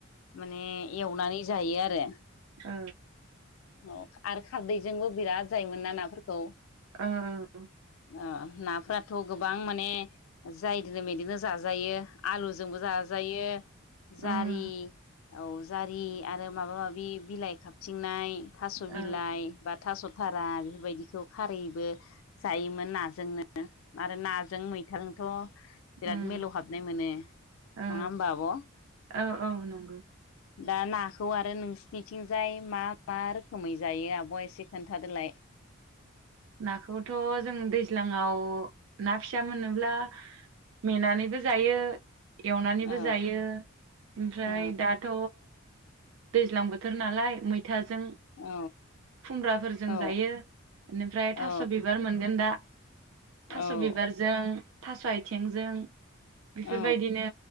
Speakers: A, on the left (about 75°); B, on the right (about 70°).
A: माने नानै जायो आरो
B: औ
A: औ आरो खारदैजोंबो बिराद जायोमोन ना नाफोरखौ
B: ओं
A: ओ नाफोराथ गोबां माने जायदोनो मेदोनो जाजायो। आलुजोंबो जाजायो जारि
B: उम
A: औ जारि आरो माबा माबि बिलाइ खाबथिंनाय थास
B: औ
A: बिलाइ
B: ओ
A: बा थास थारा बेफोरबायदिखौ खारैबो जायोमोन नाजोंनो। आरो नाजों मैथाजोंथ बिराद
B: उम
A: मिलौ हाबनाय मोनो नङा
B: ओ
A: होमबा आब
B: औ औ नंगौ
A: दा नाखौ आरो नोंसिनिथिंजाय मा मा रोखोमै जायो आब एसे खोन्थादोलाय।
B: नाखौथ जों दैज्लाङाव ना फिसा मोनोब्ला मेनानैबो जायो। एवनानैबो
A: औ
B: जायो ओमफ्राय
A: औ
B: दाथ दैज्लां बोथोर नालाय मै थाजों
A: औ
B: खुमब्राफोरजों
A: औ
B: जायो। इनिफ्राय थास
A: औ
B: बिबार मोनगोन दा। थास
A: औ
B: बिबारजों थास आइथेंजों बेफोरबायदिनो
A: औ